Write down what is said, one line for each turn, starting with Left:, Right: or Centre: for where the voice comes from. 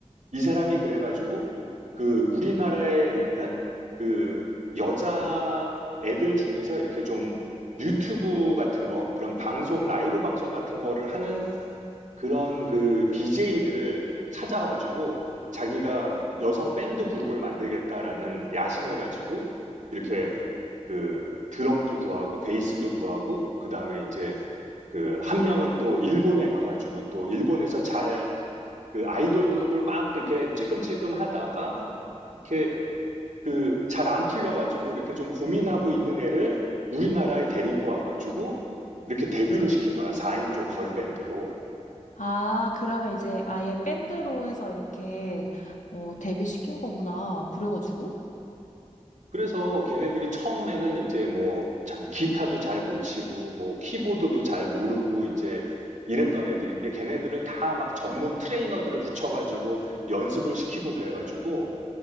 Right: 이 사람이 그래가지고 그 우리나라에 있는 그 여자 애들 중에서 이렇게 좀 유튜브 같은 거, 그런 방송, 라이브 방송 같은 거를 하는 그런 그 BJ들을 찾아가지고 자기가 여성 밴드 그룹을 만들겠다라는 야심을 가지고 이렇게 그 드럼도 구하고 베이스도 구하고 그다음에 이제 그 한 명은 또 일본에 가가지고 또 일본에서 잘 그 아이돌 그룹을 막 이렇게 찔끔찔끔 하다가 이렇게 그 잘 안 풀려가지고 이렇게 좀 고민하고 있는 애를 우리나라에 데리고 와가지고 이렇게 데뷔를 시킨 거야. 4인조 걸밴드로.
Left: 아, 그러면 이제 아예 밴드로 해서 이렇게 어, 데뷔시킨 거구나. 그래가지고.
Right: 그래서 걔네들이 처음에는 이제 뭐, 참, 기타도 잘 못 치고, 뭐, 키보드도 잘 모르고, 이제 이랬던 애들인데, 걔네들을 다 막 전문 트레이너들을 붙여가지고 연습을 시키고 그래가지고,